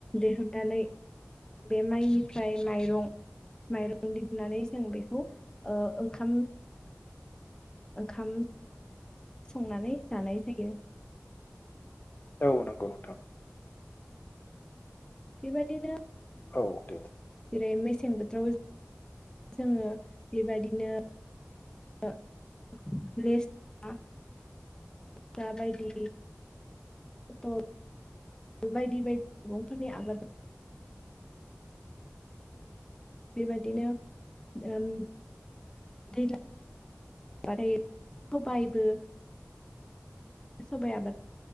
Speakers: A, on the left; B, on the left.
A: दिहुननानै बे माइनिफ्राय माइरं माइरं दिहुननानै जों बेखौ ओ ओंखाम ओंखाम संनानै जानाय जायो।
B: औ नंगौ नोंथां।
A: बेबायदिनो
B: ओ औ दे
A: जेरै मेसें बोथोरावबो जोङो बेबादिनो <unintelligible> लाग्रा, बायदि <unintelligible> थ बायदि बायदि मैगंफोरनि आबाद बेबादिनो ओम दैज्लां बायबाथाइ सबायबो सबाइ आबाद